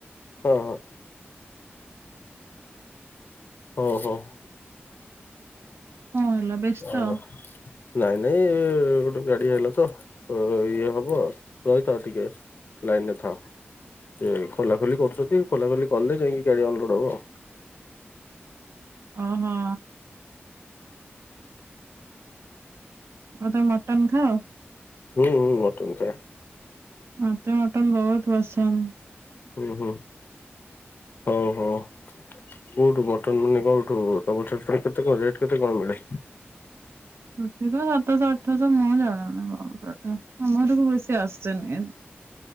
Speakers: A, on the left (about 45°); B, on the right (about 70°).
A: ହଁ, ହଁ। ହଉ, ହଉ।
B: କଣ ହେଲା ବ୍ୟସ୍ତ
A: ଆ ନାଇଁ ନାଇଁ, ଗୋଟେ ଗାଡି ଆଇଲା ତ ଇଏ ହବ ରହିଥାଓ ଟିକେ। ଲାଇନ୍ ରେ ଥାଓ। ସେ ଖୋଲା ଖୋଲି କରୁଛନ୍ତି ଖୋଲା ଖୋଲି କଲେ ଯାଇକି ଗାଡି ଅନଲୋଡ ହବ ଆଉ।
B: ଓହୋ। ଆଉ ତମେ ମଟନ ଖାଅ?
A: ହୁଁ ହୁଁ, ମଟନ ଖାଏ।
B: ମତେ ମଟନ୍ ବୋହୁତ୍ ପସନ୍ଦ।
A: ଉଁ ହୁଁ। ହଉ, ହଉ। କୋଉଠୁ ମଟନ ମାନେ କୋଉଠୁ? ତମର ସେଠି ପୁଣି କେତେ କଣ ରେଟ୍ କଣ ମିଳେ?
B: ଏଠି ତ ସାତଶ, ଆଠଶ ମୁଁ ଜାଣେନି <unintelligible> ଆମର ବି ବେଶୀ ଆସେନି।